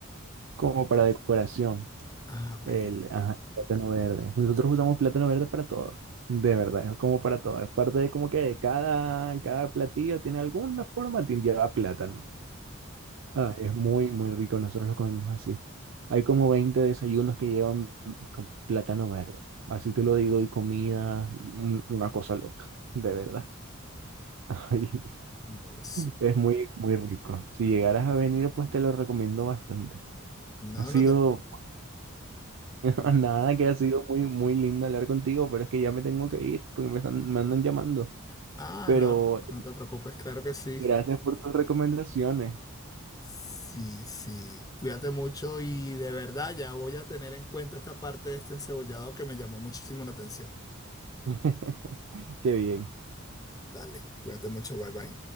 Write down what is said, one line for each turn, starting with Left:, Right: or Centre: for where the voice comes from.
Right: Como para decoración,
Left: Ah, ok.
Right: el ajá, plátano verde. Nosotros usamos plátano verde para todo, de verdad, es como para todo. Es parte de como que cada, cada platillo tiene alguna forma, tiene- lleva plátano. Ah, es muy, muy rico. Nosotros lo comemos así. Hay como 20 desayunos que llevan con plátano verde. Así te lo digo, y comida, un- una cosa loca, de verdad. <laughs> Ay,
Left: No, sé.
Right: es muy, muy rico. Si llegaras a venir, pues te lo recomiendo bastante.
Left: no,
Right: Ha sido,
Left: no te preocupes.
Right: <laughs>
Left: Comenta.
Right: nada que ha sido muy, muy lindo hablar contigo, pero es que ya me tengo que ir porque me están, me andan llamando.
Left: Ah,
Right: Pero
Left: no, no, no te preocupes, claro que sí.
Right: gracias por tus recomendaciones.
Left: Sí, sí, cuídate mucho y de verdad ya voy a tener en cuenta esta parte de este encebollado que me llamó muchísimo la atención.
Right: <laughs> Qué bien.
Left: Dale, cuídate mucho, bye bye.